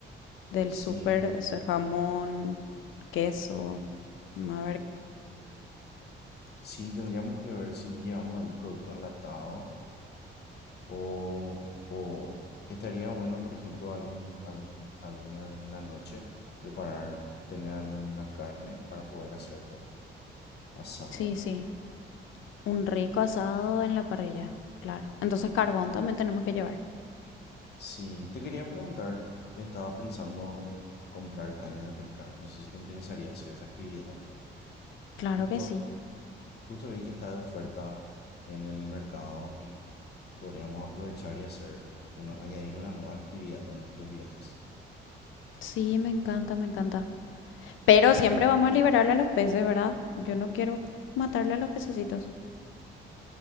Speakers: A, on the left; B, on the left.
A: del
B: Sí,
A: súper, o sea, jamón, queso. a ver
B: Sí, tendríamos que ver si llevamos algún producto enlatado o, o estaría bueno, por ejemplo, algún, algún, di- alguna una noche preparar, tener alguna carne para poder hacerlo asado.
A: Sí, sí. Un rico asado en la parrilla, claro. Entonces carbón también tenemos que llevar.
B: Sí, te quería preguntar, estaba pensando en comprar cañas de pescar. No sé si te interesaría hacer esa actividad.
A: Claro
B: Justo,
A: que sí.
B: justo vi que está de oferta en el mercado y podríamos aprovechar y hacer una, añadir una nueva actividad a nuestros viajes.
A: Sí, me encanta, me encanta. Pero
B: ¿Sí?
A: siempre vamos a liberarle a los peces, ¿verdad? Yo no quiero matarle a los pececitos.